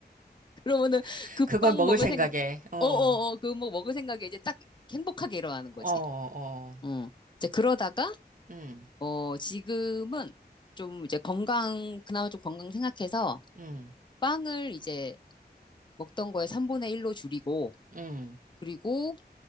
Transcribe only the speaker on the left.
그러면은
그
빵
먹을
생각,
어어어, 그 뭐 먹을 생각에 이제 딱 행복하게 일어나는 거지.
어. 이제 그러다가,
어, 지금은 좀 이제 건강, 그나마 좀 건강 생각해서
빵을 이제 먹던 거에 3분의 1로 줄이고,
그리고